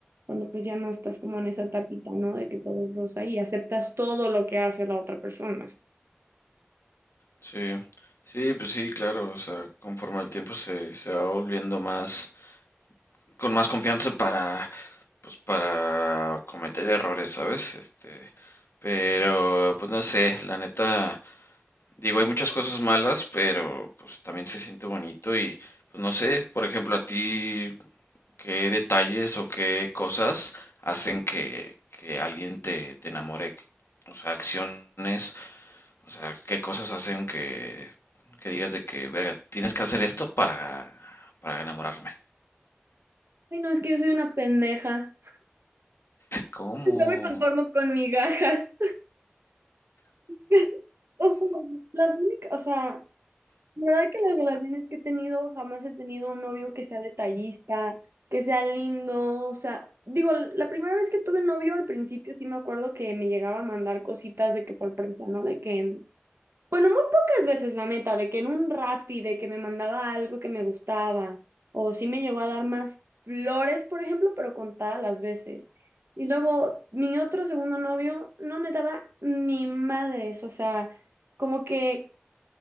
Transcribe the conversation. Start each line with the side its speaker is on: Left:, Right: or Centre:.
Right: cuando pues ya no estás como en esa tapita, ¿no? De que todo es rosa y aceptas todo lo que hace la otra persona.
Left: sí, sí, pues sí, claro, o sea, conforme el tiempo se, se va volviendo más. con más confianza para, pues, para cometer errores, ¿sabes? Este, pero, pues no sé, la neta, digo, hay muchas cosas malas, pero pues también se siente bonito y, pues no sé, por ejemplo, a ti, ¿qué detalles o qué cosas hacen que, que alguien te, te enamore? O sea, acciones, o sea, ¿qué cosas hacen que, que digas de que, verga, tienes que hacer esto para, para enamorarme?
Right: Ay, no, es que yo soy una pendeja. <laughs>
Left: ¿Cómo?
Right: Yo me conformo con migajas. <laughs> Las únicas, o sea, La verdad que las relaciones que he tenido, jamás he tenido un novio que sea detallista, que sea lindo, o sea, digo, la primera vez que tuve novio al principio sí me acuerdo que me llegaba a mandar cositas de que sorpresa, ¿no? De que, en- bueno, muy pocas veces, la neta, de que en un Rappi, de que me mandaba algo que me gustaba, o sí me llegó a dar más flores, por ejemplo, pero contadas las veces. Y luego mi otro segundo novio no me daba ni madres, o sea como que